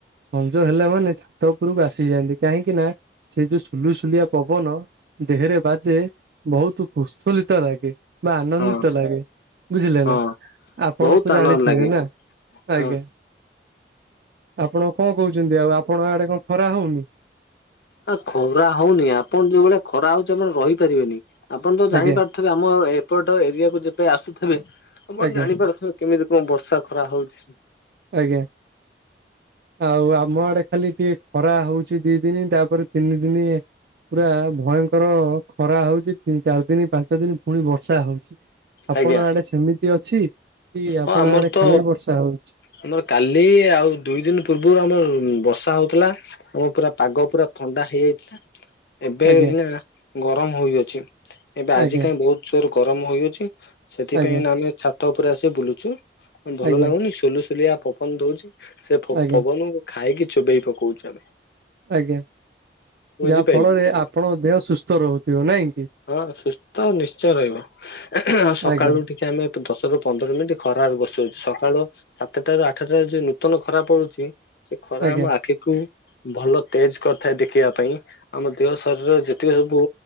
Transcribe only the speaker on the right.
ସଞ୍ଜ ହେଲା ମାନେ ଛାତ ଉପରକୁ ଆସିଯାଆନ୍ତି କାହିଁକି ନା ସେଇ ଯୋଉ ସୁଲୁସୁଲିଆ ପବନ ଦେହରେ ବାଜେ ବହୁତ ପୁଷ୍ପଲିତ ଲାଗେ। ବା ଆନନ୍ଦିତ
ଲାଗେ ବୁଝିଲେ
ନା। ଆପଣ
ତ
ଜାଣିଥିବେ
ନା
ଆଜ୍ଞା। ଆପଣ କଣ କୋହୁଚନ୍ତି ଆଉ ଆପଣଙ୍କ ଆଡେ କଣ ଖରା ହୋଉନି?
ଆଜ୍ଞା
ଆଜ୍ଞା
ଆଜ୍ଞା ଆଉ ଆମ ଆଡେ ଖାଲି ଟିକେ ଖରା ହୋଉଚି ଦିଇ ଦିନ ତାପରେ ତିନି ଦିନି ପୁରା ଭୟଙ୍କର ଖରା ହୋଉଚି ତିନି ଚାରି ଦିନ ପାଞ୍ଚ ଦିନ ପୁଣି ବର୍ଷା ହୋଉଛି ଆପଣ
ଆଡେ ସେମିତି ଅଛି? କି ଆପଣ
ଆଡେ
ଖାଲି ବର୍ଷା ହଉଛି
ଆଜ୍ଞା
ଆଜ୍ଞା
ଆଜ୍ଞା
ଆଜ୍ଞା
ଆଜ୍ଞା
ଆଜ୍ଞା
ଯାହା ଫଳରେ ଆପଣଙ୍କ ଦେହ ସୁସ୍ଥ ରହୁଥିବ। ନାଇଁ କି?
ଆଜ୍ଞା
ଆଜ୍ଞା